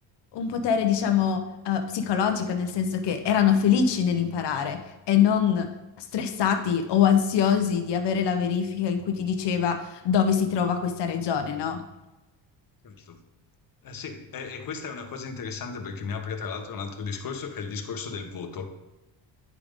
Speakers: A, on the left; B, on the left.
A: un potere, diciamo, eh, psicologico, nel senso che erano felici nell'imparare e non stressati o ansiosi di avere la verifica in cui ti diceva dove si trova questa regione, no?
B: Certo. Eh sì, e, e questa è una cosa interessante perché mi apre tra l'altro un altro discorso che è il discorso del voto.